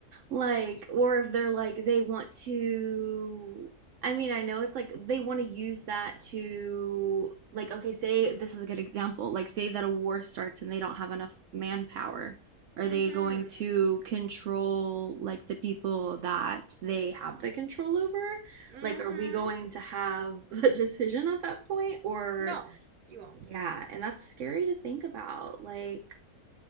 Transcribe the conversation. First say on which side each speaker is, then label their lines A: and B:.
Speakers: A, on the right; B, on the right.
A: Like,
B: You,
A: or if they're like, they want to, I mean, I know it's like they want to use that to, like, okay, say this is a good example. Like, say that a war starts and they don't have enough manpower. Are
B: mm-hmm,
A: they going to control, like, the people that they have the control over?
B: mm-hmm.
A: Like, are we going to have <laughs> a decision at that point? Or,
B: No, you won't.
A: yeah, and that's scary to think about. Like,